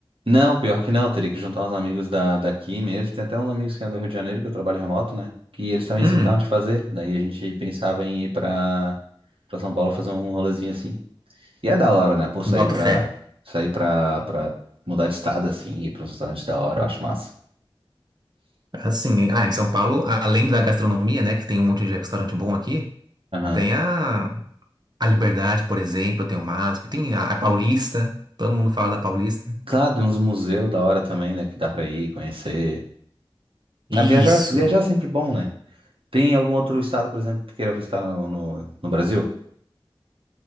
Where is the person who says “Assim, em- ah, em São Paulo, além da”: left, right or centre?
Right